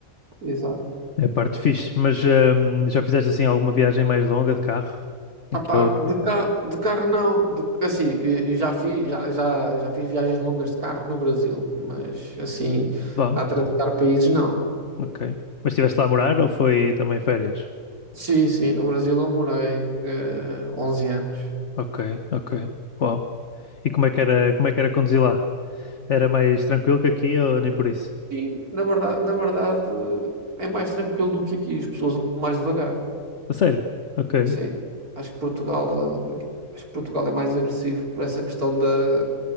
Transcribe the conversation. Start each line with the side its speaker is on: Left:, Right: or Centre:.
Right: exato.
Left: É a parte fixe, mas hum, já fizeste assim alguma viagem mais longa de carro? É
Right: Opá,
Left: que eu.
Right: de, ca- de carro não. De- assim, eu já fiz, já, já, já fiz viagens longas de carro no Brasil, mas assim,
Left: Bom,
Right: a atravessar países não.
Left: ok. Mas estiveste lá a morar ou foi também férias?
Right: Sim, sim, no Brasil eu morei eh, 11 anos.
Left: Ok, ok. Uau. E como é que era, como é que era conduzir lá? Era mais tranquilo que aqui ou nem por isso?
Right: E na verdade, na verdade é mais tranquilo do que aqui, as pessoas andam mais devagar.
Left: A sério? Ok,
Right: Sim, acho que Portugal, eh, acho que Portugal é mais agressivo por essa questão da,